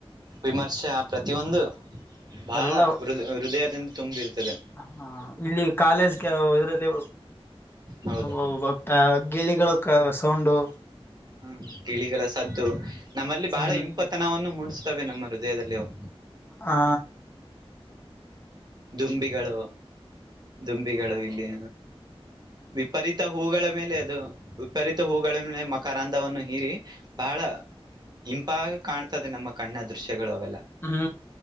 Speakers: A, on the right (about 40°); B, on the left (about 20°).
A: ವಿಮರ್ಶ ಪ್ರತಿ ಒಂದು ಬಹಳ
B: ಎಲ್ಲ
A: ಹೃ ಹೃದಯದಿಂದ ತುಂಬಿರ್ತದೆ.
B: ಹ ಇಲ್ಲಿ ಕಾಲೇಜಗೆ ವ ಇದ್ರಲ್ಲಿ
A: ಹೌದು
B: ಹೋಗೋವು. ತ್ತ ಗಿಳಿಗಳು ಕ ಸೌಂಡು.
A: ಹು ಗಿಳಿಗಳ ಸದ್ದು ನಮ್ಮಲ್ಲಿ
B: ಹ್ಮ್
A: ಬಹಳ ಇಂಪತನವನ್ನು ಮುಡಸ್ತವೆ ನಮ್ಮ ಹೃದಯದಲ್ಲಿ ಅವು.
B: ಆ ಆ
A: ದುಂಬಿಗಳು, ದುಂಬಿಗಳು ಇಲ್ಲಿ. ವಿಪರೀತ ಹೂಗಳ ಮೇಲೆ ಅದು. ವಿಪರೀತ ಹೂಗಳನ್ನೆ ಮಕರಂದವನ್ನು ಹೀರಿ ಬಹಳ ಇಂಪಾಗಿಕಾಣ ತ್ತದೆ ನಮ್ಮ ಕಣ್ಣ ದೃಶ್ಯಗಳು ಅವೆಲ್ಲಾ.
B: ಹು